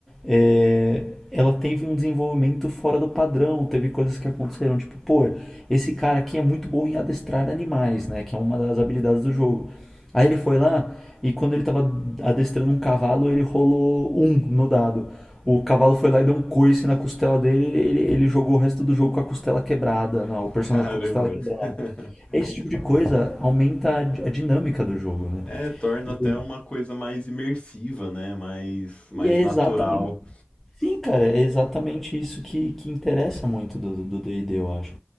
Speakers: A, in the centre; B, on the left.
A: é, ela teve um desenvolvimento fora do padrão, teve coisas que aconteceram, tipo, pô, esse cara aqui é muito bom em adestrar animais, né, que é uma das habilidades do jogo. Aí ele foi lá e quando ele estava adestrando um cavalo, ele rolou um no dado. O cavalo foi lá e deu um coice na costela dele, ele, ele jogou o resto do jogo com a costela quebrada, não, o personagem
B: caramba.
A: com a costela quebrada.
B: <laughs>
A: Esse tipo de coisa aumenta a di- a dinâmica do jogo, né?
B: É, torna
A: E
B: até uma coisa mais imersiva, né? Mais, mais
A: e é
B: natural.
A: exatamente Sim, cara, é exatamente isso que, que interessa muito do do D&D, eu acho.